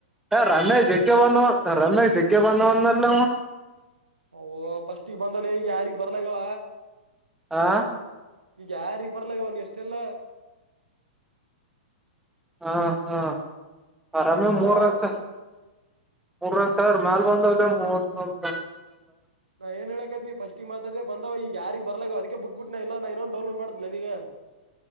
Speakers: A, in the centre; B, on the right.
A: ರಮ
B: ಹ್ಮ್
A: ಜೆಕ್ ಅವ್ವ ನೊ <unintelligible> ರಮಾಗ ಜಗ್ಗೆ ಬಂದವಂದಲ್ಲ
B: ಓ ಫಸ್ಟಗ್ ಬಂದನ ಈಗ ಯಾರಿಗೆ ಬರ್ಲಾಗವ
A: ಆ
B: ಈಗ ಯಾರಿಗೆಗ್ ಬರ್ಲ ಇ ಅವನ್ ಎಷ್ಟೆಲ್ಲ
A: ಹಾ ಹಾ
B: ಫಸ್ಟಿಗೆ
A: ಆರಾಮ್ಯ
B: ಬಂದವ
A: ಮೂರ ರ ಮೂರ ರ ಸ ಮೇಲ್ ಬಂದ ಮೋಸ
B: ನಾ ಏ ಹೇಳಕೈತ್ ನೀ ಫಸ್ಟಗ್ ಮಾತಾಡೆ ಬಂದವ ಈಗ ಯಾರಾರಿಗ್ ಬರ್ಲವ ಅದಕ್ಕೆ ಬಿಟ್ಬ ಬಿಟ್ಟನ ಇಲ್ಲಾ ಇನ್ನ ಡೌನ್ಲೋಡ್ ಮಾಡಲ್ಲ ನೀಗ